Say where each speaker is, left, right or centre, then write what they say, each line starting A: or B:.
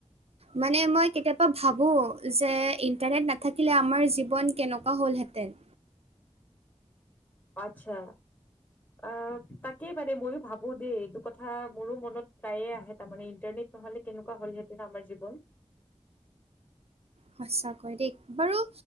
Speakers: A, on the right; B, on the left.
A: মানে মই কেতিয়াবা ভাবোঁ যে ইণ্টাৰনেট নাথাকিলে আমাৰ জীৱন কেনেকুৱা হ'লহেঁতেন।
B: আচ্ছা, অ তাকেই মানে ময়ো ভাবো দেই, এইটো কথা মোৰো মনত প্ৰায়ে আহে তাৰমানে ইণ্টাৰনেট নহ'লে কেনেকুৱা হ'লহেঁতেন আমাৰ জীৱন?
A: সঁচাকৈ দেই বাৰু